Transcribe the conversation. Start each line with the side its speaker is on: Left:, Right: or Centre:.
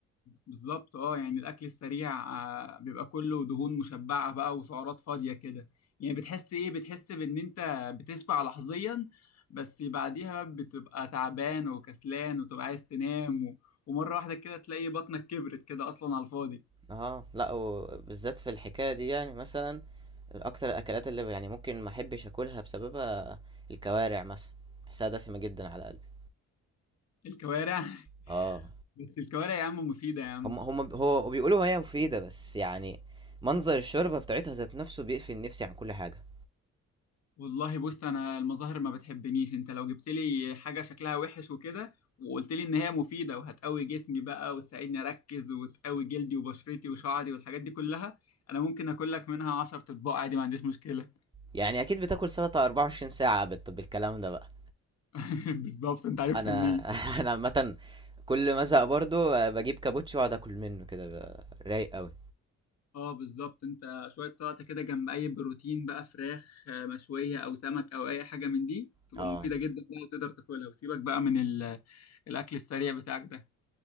Left: بالظبط اه يعني الاكل السريع آه، بيبقى كله دهون مشبعه بقى وسعرات فاضيه كده يعني بتحس ايه بتحس بان انت بتشبع لحظيا بس بعديها بقى بتبقى تعبان وكسلان وتبقى عايز تنام و... ومره واحده كده تلاقي بطنك كبرت كده اصلا على الفاضي
Right: اه لا وبالذات في الحكايه دي يعني مثلا اكتر الاكلات اللي يعني ممكن ما احبش اكلها بسببها الكوارع مثلا بحسها دسمه جدا على قلبي
Left: الكوارع <laughs>
Right: اه
Left: بس الكوارع يا عم مفيده يا عم
Right: هم هم هو بيقولوا هي مفيده بس يعني منظر الشوربه بتاعتها ذات نفسه بيقفل نفسي عن كل حاجه
Left: والله بص انا المظاهر ما بتحبنيش انت لو جبت لي حاجه شكلها وحش وكده وقلت لي ان هي مفيده وهتقوي جسمي بقى وتساعدني اركز وتقوي جلدي وبشرتي وشعري والحاجات دي كلها انا ممكن اكل لك منها 10 اطباق عادي ما عنديش مشكله
Right: يعني اكيد بتاكل سلطه 24 ساعه بت- بالكلام ده بقى
Left: <laughs> بالظبط انت عرفت
Right: انا
Left: منين
Right: <laughs> انا عامه كل ما ازهق برضو آه، بجيب كابوتشي واقعد اكل منه كده بقى رايق قوي
Left: اه بالظبط انت شويه سلطه كده جنب اي بروتين بقى فراخ آه، مشويه او سمك او اي حاجه من دي تبقى
Right: اه
Left: مفيده جدا بقى وتقدر تاكلها وسيبك بقى من ال- الاكل السريع بتاعك ده